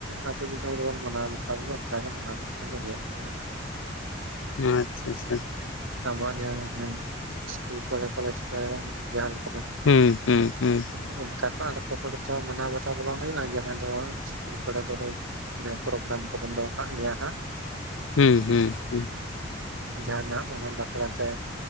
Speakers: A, on the right (about 80°); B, on the left (about 75°).
A: ᱟᱹᱛᱩ ᱫᱤᱥᱚᱢ ᱨᱮᱵᱚᱱ ᱢᱟᱱᱟᱣ ᱵᱟᱛᱟᱣ ᱜᱮᱭᱟ ᱚᱱᱠᱟ ᱜᱮ ᱢᱟᱱᱟᱣ ᱵᱟᱛᱟᱣ ᱫᱚ ᱦᱩᱭᱩᱜ ᱜᱮᱭᱟ ᱦᱟᱹᱜ᱾
B: ᱟᱪᱪᱷᱟ ᱟᱪᱪᱷᱟ,
A: ᱟᱵᱚᱣᱟᱜ ᱡᱟᱦᱟᱸ ᱦᱮᱸ ᱤᱥᱠᱩᱞ ᱠᱚᱨᱮ ᱠᱚᱞᱮᱡᱽ ᱠᱚᱨᱮ ᱡᱟᱦᱟᱸ <inaudible>
B: ᱦᱩᱸ ᱦᱩᱸ ᱦᱩᱸ
A: <inaudible> ᱚᱱ ᱚᱱᱠᱟ ᱛᱚ ᱟᱫᱚ ᱟᱛᱳ ᱠᱚᱨᱮ ᱫᱚ ᱢᱟᱱᱟᱣ ᱵᱟᱛᱟᱣ ᱫᱚ ᱵᱟᱝ ᱦᱩᱭᱩᱜᱼᱟ ᱡᱟᱦᱟᱸ ᱫᱚ ᱤᱥᱠᱩᱞ ᱠᱚᱨᱮ ᱫᱚ ᱦᱳᱭ ᱨᱮ ᱯᱨᱳᱜᱨᱟᱢ ᱠᱚᱵᱮᱱ ᱫᱚᱦᱚ ᱠᱟᱜ ᱜᱮᱭᱟ ᱦᱟᱸᱜ᱾
B: ᱦᱩᱸ ᱦᱩᱸ ᱦᱩᱸ᱾
A: ᱡᱟᱦᱟ ᱱᱟᱜ ᱚᱱᱟ ᱵᱟᱠᱲᱟ ᱛᱮ,